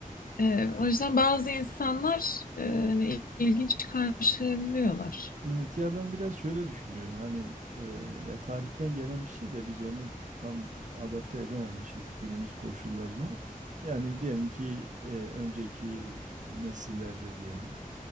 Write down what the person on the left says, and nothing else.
E, o yüzden bazı insanlar e, hani ilginç karşılayabiliyorlar.